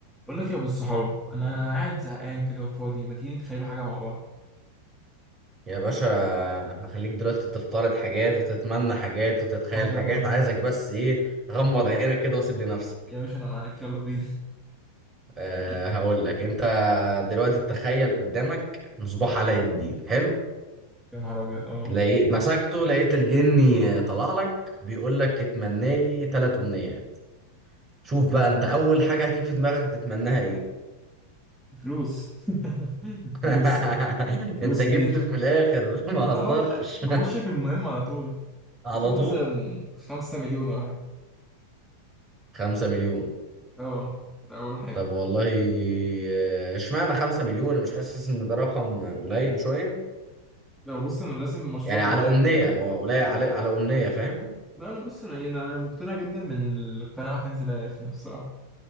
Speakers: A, in the centre; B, on the right (about 25°).
A: بقول لك يا ابو الصحاب انا قاعد زهقان كده وفاضي ما تيجي نتخيلوا حاجه مع بعض
B: يا باشا هخليك دلوقتي تفترض حاجات وتتمنى حاجات وتتخيل
A: <laughs> طب
B: حاجات
A: يلا بينا
B: عايزك بس ايه غمض عينك كده وسيب لي نفسك
A: يا باشا انا معاك يلا بينا
B: أه
A: <laughs>
B: هقول لك انت دلوقتي تخيل قدامك مصباح علاء
A: آه،
B: الدين حلو
A: يا نهار ابيض اه
B: لقيت مسكته لقيت الجني طلع لك بيقول لك اتمنى لي ثلاث امنيات شوف
A: طلعت
B: بقى انت
A: منين
B: اول حاجة هتيجي في دماغك تتمناها ايه
A: فلوس <laughs>
B: <laughs>
A: فلوس آه، فلوس
B: انت جبت
A: كتير
B: من الاخر ما هزرتش
A: اه خ... نخش في المهم على طول
B: <laughs> على
A: عايزين مثلا
B: طول
A: خمسة مليون ولا حاجه
B: <laughs> خمسة مليون
A: اه ده اول حاجه
B: طب والله آه، اشمعنى 5 مليون أنا مش حاسس ان ده رقم قليل شوية
A: لو بص انا راسم مشروع
B: يعني
A: في
B: على
A: دماغي
B: أمنية
A: وكده
B: هو قليل على على أمنية فاهم
A: لا انا بص انا إيه، أنا مقتنع جدا من القناعه كنز لا يفنى بصراحه